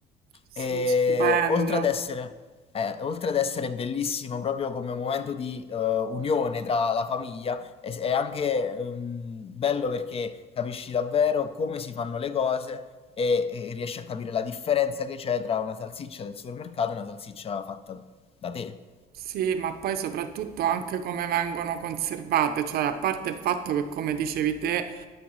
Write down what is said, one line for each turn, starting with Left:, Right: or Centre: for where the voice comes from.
Right: Sì,
Left: E
Right: stupendo.
Left: oltre ad essere, eh, oltre ad essere bellissimo proprio come momento di eh, unione tra la famiglia, è, è anche ehm, bello perché capisci davvero come si fanno le cose e, e riesci a capire la differenza che c'è tra una salsiccia del supermercato e una salsiccia fatta da te,
Right: Sì, ma poi soprattutto anche come vengono conservate, cioè a parte il fatto che, come dicevi te,